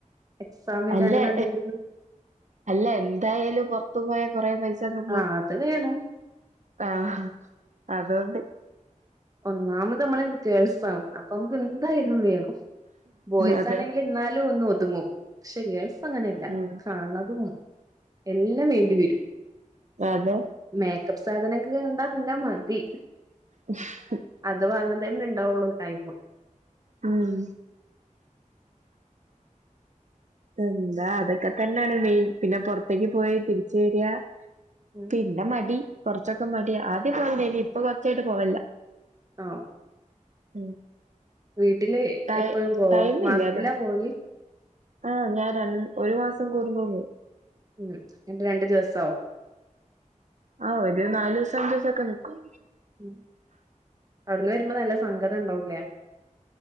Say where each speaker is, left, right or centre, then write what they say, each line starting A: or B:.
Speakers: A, on the right; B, on the right.
A: എക്സാമിന്റെ
B: അല്ലേ
A: അങ്ങനെന്തെങ്കിലും
B: അല്ല എന്തായാലും പൊറത്തു പോയ കൊറെ പൈസൊക്കെ പോവും
A: ആഹ് അത് വേണം
B: ആഹ അതുകൊണ്ട്
A: ഒന്നാമതമ്മള് ഗേൾസാണ് അപ്പൊ അമുക്ക് എന്തായാലും വേണം ബോയ്സ്
B: അതെ
A: ആണെങ്കില് ഇന്നാ ലും ഒന്ന് ഒതുങ്ങും പക്ഷേ ഗേൾസ് അങ്ങനെയല്ല
B: ഉം
A: കണകും എല്ലാം വേണ്ടി വരും
B: അതെ
A: മേക്കപ്പ് സാധനൊക്കെ കണ്ടാ പിന്നെ മതി
B: ഉം
A: അത് വാങ്ങാൻ തന്നെ ഉണ്ടാവുള്ളൂ ടൈം
B: ഉം എന്താ അതൊക്കെ തന്നെയാണ് മെയിൻ പിന്നെ പുറത്തേക്ക് പോയി തിരിച്ച വര
A: ഉം
B: പിന്നെ മടി കൊറച്ചൊക്കെ മടി ആദ്യ പോവണ്ടനി ഇപ്പൊ കൊറച്ചായിട്ട് പോവല്ല
A: ആഹ്
B: ഉം
A: വീട്ടില്
B: ടൈ
A: എപ്പഴും പോ
B: ടൈമില്ല
A: മാസത്തിലാ
B: അതാ
A: പോവല്
B: ആഹ് ഞാൻ ര ഒരു മാസം കൂടുമ്പോ പോവും
A: ഉം അ രണ്ടു ദിവസവും
B: ആഹ് ഒരു നാലുസം അഞ്ചൂസം ഒക്കെ നിക്കും
A: ഉം അവിടുന്ന് വരുമ്പോ നല്ല സങ്കടം ഉണ്ടാവൂലേ